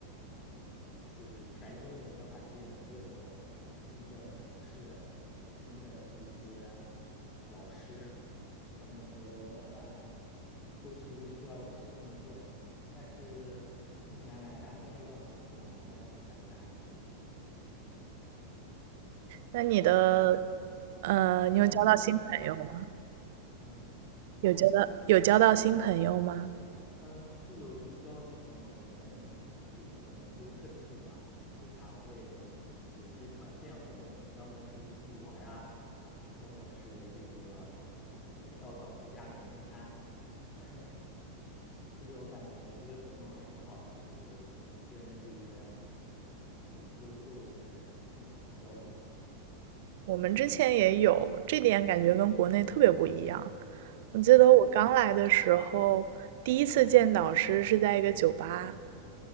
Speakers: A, on the left; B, on the right.
A: 啊、一就是全英文的环境，各种新的同事、新的那些啊、老师，他们都呃都是一个需要适应的过程。但是目前来看，虽然遇到很多困难，但是感觉还行。
B: 那你的，呃，
A: 那你呃那
B: 你有交到新朋友吗？
A: 嗯什么？
B: 有交到有交到新朋友吗？
A: 嗯，是有遇交到新朋友。我们组我们这个课题组嘛，经常会有一些团建活动，要么是出去玩啊，要么是这个呃到导师家里面聚餐。<laughs> 这这个我感觉这些活动还挺好的，就是能跟这个我周周围的人更好的交流啊。
B: 我们之前也有，这点感觉跟国内特别不一样。我记得我刚来的时候，
A: 嗯，
B: 第一次见导师是在一个酒吧，